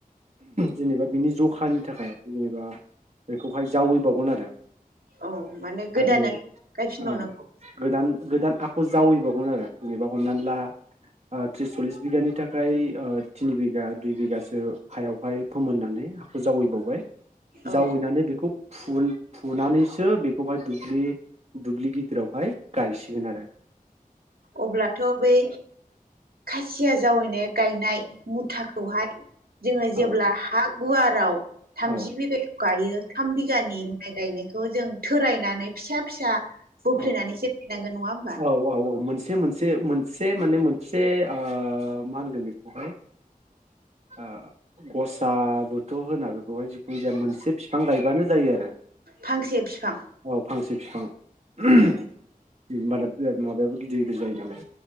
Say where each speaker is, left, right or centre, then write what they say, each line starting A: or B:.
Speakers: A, on the right (about 45°); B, on the right (about 85°).
A: जेनेबा बिनि जखानि थाखाय जेनेबा बेखौहाय जावैबावगोन आरो
B: औ माने गोदानै
A: आरो
B: गायफिनबावनांगौ
A: ओ गोदान गोदान आख' जावैबावगोन आरो जेनेबा हमनानै ला त्रिस सल्लिस बिगानि थाखाय थिनि बिगा दुइ बिगासो हायावहाय फोमोननानै आखाखौ जावैबावबाय।
B: औ
A: जावैनानै बेखौ फु-फुनानैसो बेखौहाय दुब्लि दुब्लि गिदिरावहाय गायसिगोन आरो।
B: अब्लाथ' बै खासिया जावैनाय गायनाय मुथाखौहाय जोङो जेब्ला
A: औ
B: हा गुवाराव थामजि
A: औ
B: बिगायाव गायो थाम बिगानि माइ गायनायखौ <unintelligible> जों थोरायनानै फिसा फिसा बोफ्लेनानैसो
A: औ
B: गायनांगोन नङा होमबा
A: औ औ औ मोनसे मोनसे से मोनसे माने मोनसे ओ मा होनगोन बेखौहाय ओ गसा बोथ' होना बेखौहाय जिखुनु जाया मोनसे बिफां गायबानो जायो आरो
B: फांसे बिफां
A: औ फांसे। फिफां <unintelligible>
B: औ
A: माब्ला बो गिदिर। जायो नालाय।